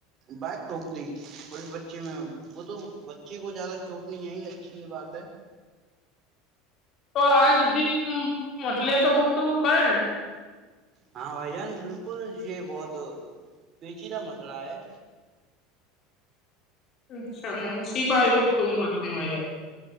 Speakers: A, on the right (about 30°); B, on the left (about 35°).
A: بائک ٹوک دی کو بچی میں وہ تو بچی کو زیادہ چوٹ نہیں ہے اچھی یہ بات ہے
B: تو آج جی <unintelligible> ہ مچھلی ا تو گپ تو گ کرے ن <unintelligible>
A: ہاں بھائی جان بالکل یہ بہت پیچیید مسئلہ ہے
B: اچھا سی بج گبت گن کر ت و جات